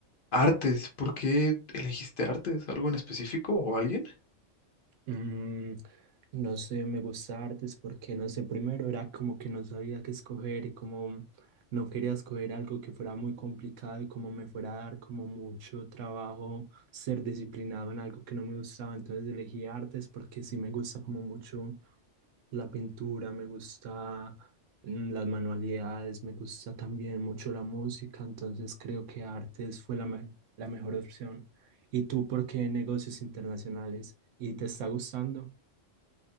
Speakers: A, on the left (about 50°); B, on the right (about 85°).
A: artes, ¿por qué elegiste artes? ¿Algo en específico o alguien?
B: Mm, no sé, me gusta artes porque no sé, primero era como que no sabía qué escoger y como no quería escoger algo que fuera muy complicado y como me fuera a dar como mucho trabajo ser disciplinado en algo que no me gustaba, entonces elegí artes porque sí me gusta como mucho la pintura, me gusta mm, las manualidades, me gusta también mucho la música, entonces creo que artes fue la, me- la mejor opción. ¿Y tú por qué negocios internacionales? ¿Y te está gustando?